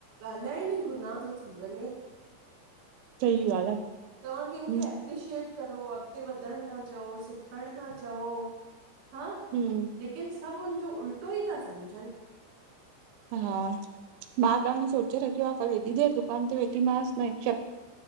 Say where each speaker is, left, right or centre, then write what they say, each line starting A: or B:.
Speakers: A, on the right (about 60°); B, on the right (about 85°).
A: ॻाल्हाइण ई गुनाह तो थी वंञे।
B: सही ॻाल आ।
A: तव्हां कंहिंखे
B: हम्म
A: एप्रिशिएट करो, अॻिते वधणु खा चओ, सिखणु खा चओ, हाँ
B: हम्म!
A: लेकिन सभि हुनॼो उल्टो ई था समझनि।
B: हा मां अॻाणे सोचे रखियो आ। कल हेॾी देर दुकान ते वेठी मासि